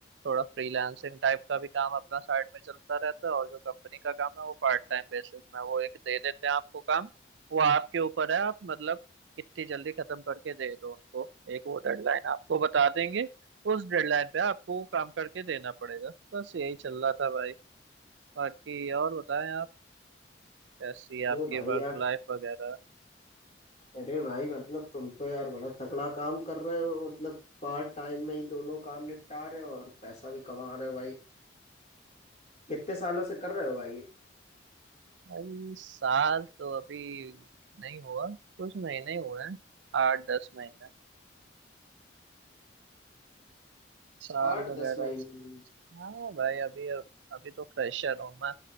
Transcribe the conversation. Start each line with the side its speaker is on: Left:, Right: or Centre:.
Right: थोड़ा फ्रीलांसिंग टाइप का भी काम अपना साइड में चलता रहता है और जो कंपनी का काम है वो पार्ट टाइम बेसिस में वो एक दे देते हैं आपको काम वो आपके ऊपर है आप मतलब कितनी जल्दी खत्म करके दे दो उनको एक वो डेडलाइन आपको बता देंगे उस डेडलाइन पे आपको वो काम करके देना पड़ेगा बस यही चल रहा था भाई बाकी और बताएं आप कैसी है आपकी
Left: अरे भाई
Right: वर्क
Left: यार
Right: लाइफ वगैरह
Left: अरे भाई मतलब तुम तो यार बड़ा तगड़ा काम कर रहे हो मतलब पार्ट टाइम में ही दोनों काम निपटा रहे हो और पैसा भी कमा रहे हो भाई कितने सालों से कर रहे हो भाई
Right: भाई साल तो अभी नहीं हुआ कुछ महीने ही हुए हैं आठ दस महीने साल
Left: आठ
Right: वगैरह
Left: दस महीने
Right: हाँ भाई अभी अभी तो फ्रेशर हूँ मैं